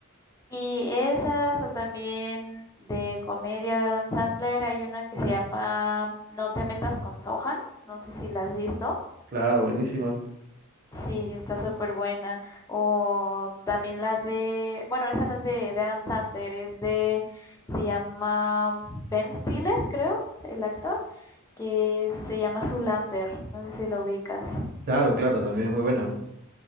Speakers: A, on the left; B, on the right.
A: Y esas o también de comedia de Adam Sandler hay una que se llama No te metas con Sohan, no sé si la has visto.
B: Claro, buenísima.
A: Sí, está súper buena. O también la de, bueno, esa no es de, de Adam Sandler, es de, se llama Ben Stiller, creo, el actor, que se llama Zoolander. No sé si lo ubicas.
B: Claro, claro, también es muy buena.